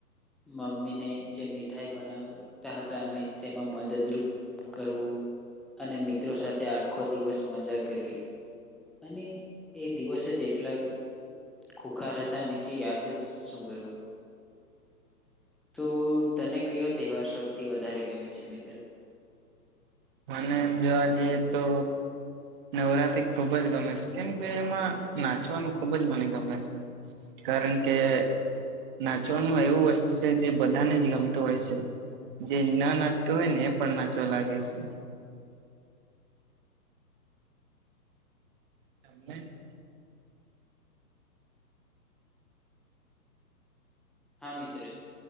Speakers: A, in the centre; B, on the right (about 30°).
A: મમ્મીને જે મીઠાઈ બનાવતા હતા અમે તેમાં મદદરૂપ કરવું, અને મિત્રો સાથે આખો દિવસ મજા કરવી. અને એ દિવસ જ જેટલા ખુખાર હતા ને કે યાદ જ શું કરું. તો તને કયો તહેવાર સૌથી વધારે ગમે છે મિત્ર?
B: મને એમ જોવા જઈએ તો નવરાત્રી ખુબ જ ગમે હે, કેમ કે એમાં નાચવાનું ખુબ જ મન ગમે સે. કારણ કે નાચવાનું એવું વસ્તુ સે જે બધાને જ ગમતું હોય સે. જે ના નાચતું હોય ને એ પણ નાચવા લાગે છે. <inaudible>
A: હા મિત્ર,